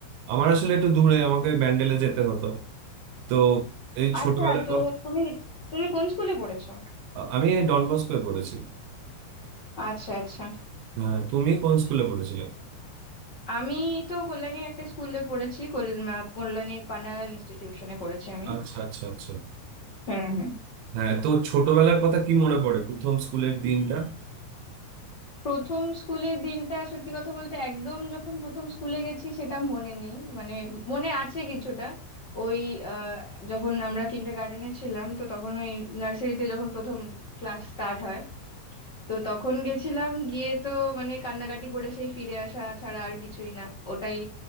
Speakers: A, on the right; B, on the left.
A: আমার আসলে একটু দূরে আমাকে ব্যান্ডেলে যেতে হতো তো এই ছোটবেলার
B: আচ্ছা তো
A: কথা
B: তুমি তুমি কোন স্কুলে পড়েছো
A: আ- আমি এই ডন বস্কোয় পড়েছি
B: আচ্ছা আচ্ছা
A: হ্যাঁ তুমি কোন স্কুলে পড়েছিলে
B: আমি তো কল্যাণীর একটা স্কুলে পড়েছি কল- আহ, কল্যাণী পান্নালাল ইনস্টিটিউশনে পড়েছি আমি
A: আচ্ছা আচ্ছা আচ্ছা
B: হুম হুম
A: হ্যাঁ তো ছোটবেলার কথা কি মনে পড়ে প্রথম স্কুলের দিনটা
B: প্রথম স্কুলের দিনটা সত্যি কথা বলতে একদম যখন প্রথম স্কুলে গেছি সেটা মনে নেই মানে মনে আছে কিছুটা ওই আহ, যখন আমরা কিন্ডার গার্ডেনে ছিলাম তো তখন ওই নার্সারিতে যখন প্রথম ক্লাস স্টার্ট হয় তো তখন গেছিলাম গিয়ে তো মানে কান্নাকাটি করে সেই ফিরে আসা ছাড়া আর কিছুই না ওটাই